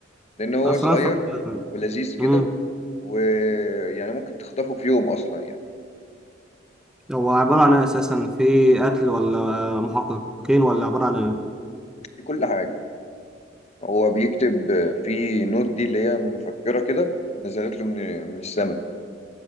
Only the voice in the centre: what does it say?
أصل
أنا اتفرجت
أمم.
هو عبارة عن إيه أساسا في قتل ولا محققين ولا عبارة عن إيه؟